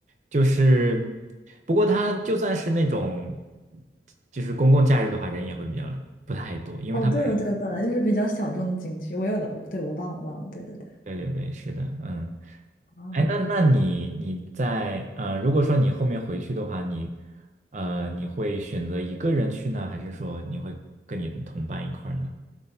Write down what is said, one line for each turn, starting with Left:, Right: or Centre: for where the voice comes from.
Right: 就是，不过他就算是那种，就是公共假日的话，人也会比较不太多，因为他本
Left: 哦，对哦，对哦本来就是比较小众的景区，我有的，对，我忘了忘了，对对对。
Right: 对对对，是的，嗯，
Left: 哦，
Right: 哎，那那你你在呃，如果说你后面回去的话，你呃，你会选择一个人去呢，还是说你会跟你的同伴一块儿呢？